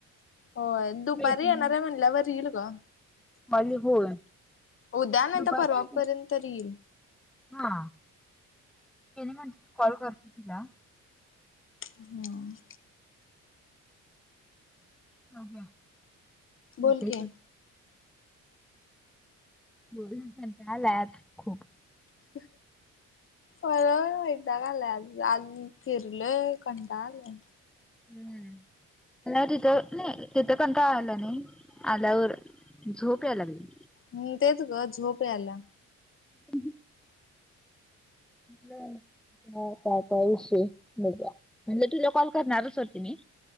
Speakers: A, on the left; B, in the centre.
A: होय दुपारी
B: वेटिंग
A: येणाऱ्या म्हणल्यावर येईल ग.
B: माझ होय.
A: उद्या नाही
B: दुपारी
A: तर परवापर्यंत तर येईल.
B: हा त्यांनी म्हण कॉल करतीया.
A: हम्.
B: हो काय,
A: बोल
B: होतंय
A: की.
B: सोड. बोलून कंटाळा आलाय आज खूप.
A: <unintelligible> <unintelligible> आज फिरल कंटाळा आलाय.
B: हम्म हम्म. नाही तिथं नाही तिथं कंटाळा आला नाही आल्यावर झोप याय लागली.
A: मी तेच ग झोप यायला.
B: हह. बेल. हो काय विषय बघा म्हणजे, तुला कॉल करणारच होते मी.